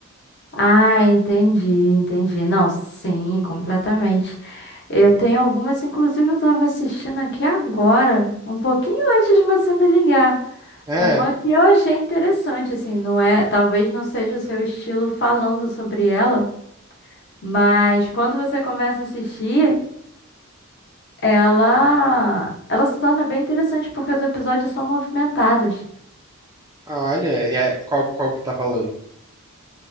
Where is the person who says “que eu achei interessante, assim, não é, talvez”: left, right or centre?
Left